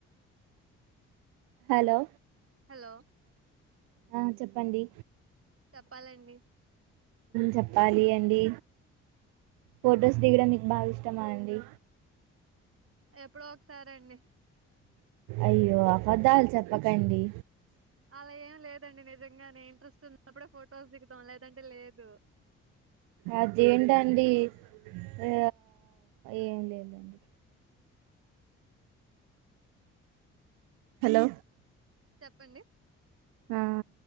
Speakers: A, on the right; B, on the right.
A: హలో
B: హలో
A: ఆ చెప్పండి
B: చెప్పాలండి
A: చెప్పాలి అండి ఫొటోస్ దిగడం మీకు బాగా ఇష్టమా అండి
B: ఎప్పుడోక్స సరేండి
A: అయ్యో అబద్ధాలు చెప్పకండి
B: అలా ఏం లేదండి నిజంగానే ఇంట్రెస్ట్ ఉన్నప్పుడే ఫొటోస్ దికుదాం లేదంటే లేదు
A: అదేంటండి ఆ ఏమి లేదండి హలో
B: చెప్పండి
A: ఆ